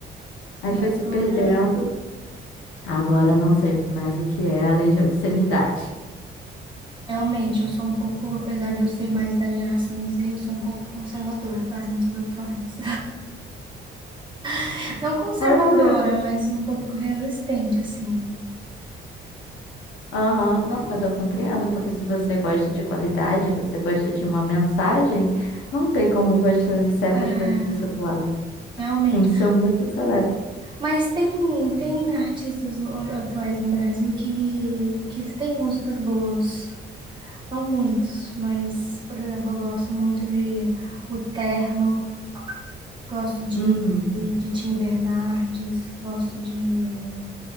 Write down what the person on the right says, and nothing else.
E agora,
realmente, eu sou um pouco, apesar de eu ser mais da geração Z, eu sou um pouco conservadora com as músicas atuais. <laughs> Não conservadora,
mas um pouco resistente, assim.
É,
realmente.
Mas tem, tem artistas no- atuais no Brasil que, que têm músicas boas. Não muitos, mas, por exemplo, eu gosto muito de O Terno. Gosto de,
de Tim Bernardes, gosto de,